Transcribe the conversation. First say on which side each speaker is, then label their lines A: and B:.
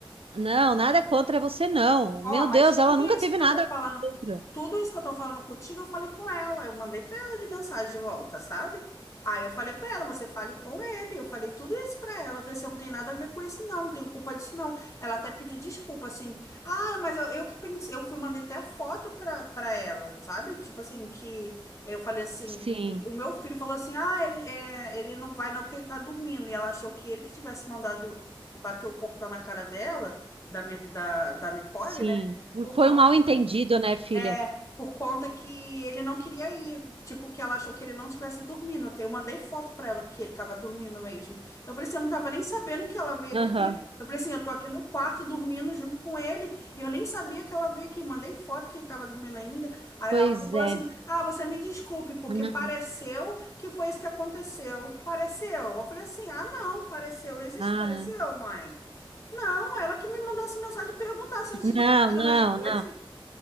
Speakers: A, on the right (about 85°); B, on the left (about 35°).
A: Não, nada contra você, não. Meu
B: Ó, mas
A: Deus,
B: tudo
A: ela nunca
B: isso
A: teve
B: que
A: nada
B: eu tô falando,
A: contra.
B: tudo isso que eu tô falando contigo, eu falei com ela. Eu mandei pra ela de mensagem de volta, sabe? Aí eu falei pra ela, você fale com ele. Eu falei tudo isso pra ela. Eu falei assim, eu não tem nada a ver com isso, não, não tenho culpa disso, não. Ela até pediu desculpa, assim. Ah, mas eu, eu que pensei, eu fui, mandei até foto pra, pra ela, sabe? Tipo assim, que eu falei assim,
A: Sim,
B: que o meu filho falou assim, ah, ele, é, ele não vai não porque ele tá dormindo. E ela achou que ele que tivesse mandado bater o portão na cara dela da, minha, da, da Nicole,
A: sim.
B: né? Por
A: Foi
B: conta,
A: um mal entendido, né, filha?
B: é, por conta que ele não queria ir. Tipo, que ela achou que ele não tivesse dormindo. Até eu mandei foto pra ela que ele tava dormindo mesmo. Eu falei assim, eu não tava nem sabendo que ela veio aqui.
A: Aham.
B: Eu falei assim, eu tô aqui no quarto dormindo junto com ele. E eu nem sabia que ela veio aqui. Mandei foto que ele tava dormindo ainda. Aí
A: Pois
B: ela falou
A: é.
B: assim, ah, você me desculpe, porque
A: Não,
B: pareceu que foi isso que aconteceu. Pareceu. Eu falei assim, ah, não, pareceu. Existe
A: Ah,
B: pareceu, mãe? Não, ela que me mandasse mensagem e perguntasse antes
A: não,
B: de ficar achando
A: não,
B: as coisas.
A: não.